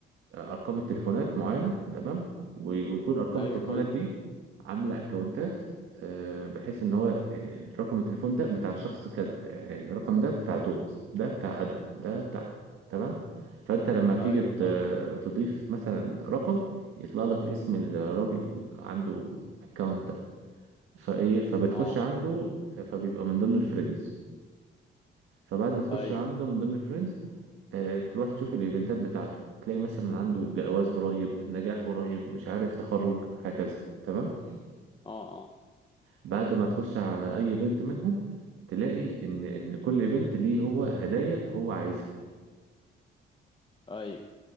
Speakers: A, on the right; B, on the left.
A: ارقام التليفونات معينه تمام و- ويكون ارقام
B: ايوه
A: التليفونات
B: كويس
A: دي
B: ده.
A: عامله اكونتات آه، بحيث ان هو آه، رقم التليفون ده بتاع شخص كذا آه، يعني الرقم ده بتاع توماس ده بتاع ادهم ده بتاع تمام فانت لما تيجي
B: ايوه
A: ت-
B: فاهمك
A: تضيف مثلا رقم يطلع لك اسم الراجل اللي عنده الاكونت ده فايه فبتخش
B: اه
A: عنده فبيبقى من ضمن الفريندز فبعد ما تخش
B: ايوه
A: عنده من ضمن الفريندز آه، تروح تشوف الايفنتات بتاعته تلاقي مثلا عنده جواز قريب نجاح قريب مش عارف تخرج هكذا تمام
B: اه اه
A: بعد ما تخش على اي ايفنت منهم تلاقي ان ان كل ايفنت ليه هو هدايا هو عايزها
B: ايوه